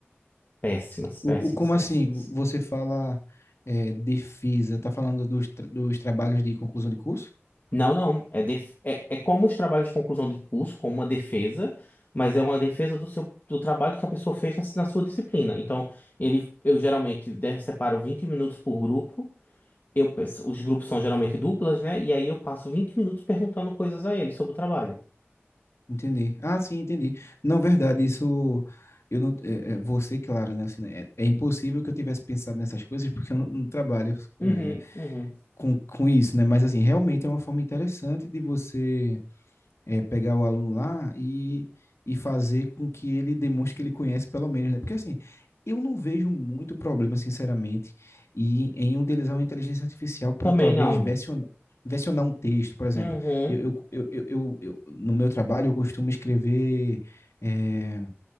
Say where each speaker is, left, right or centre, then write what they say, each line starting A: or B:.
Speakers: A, on the left; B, on the left.
A: Péssimas, péssimas,
B: O, o- como
A: péssimas.
B: assim? Você fala é, defesa, tá falando dos, tra- dos trabalhos de conclusão de curso?
A: Não, não. É, def- é, é como os trabalhos de conclusão de curso, como uma defesa, mas é uma defesa do seu do trabalho que a pessoa fez na, na sua disciplina. Então, ele, eu geralmente de- separo 20 minutos por grupo. Eu, peço- os grupos são geralmente duplas, né? E aí eu passo vinte minutos perguntando coisas a ele sobre o trabalho.
B: Entendi. Ah, sim, entendi. Não, verdade, isso eu não, é, é, você, claro, né? assim, né, é, é impossível que eu tivesse pensado nessas coisas porque eu não, não trabalho
A: Uhum,
B: é,
A: uhum.
B: com, com isso, né? Mas assim, realmente é uma forma interessante de você é, pegar o aluno lá e, e fazer com que ele demonstre que ele conhece pelo menos, né? Porque assim, eu não vejo muito problema, sinceramente, e, em utilizar uma inteligência artificial para
A: Também
B: talvez
A: não.
B: versionar, versionar um texto, por exemplo.
A: Uhum,
B: Eu, eu, eu, eu, eu- eu- no meu trabalho, eu costumo escrever. é,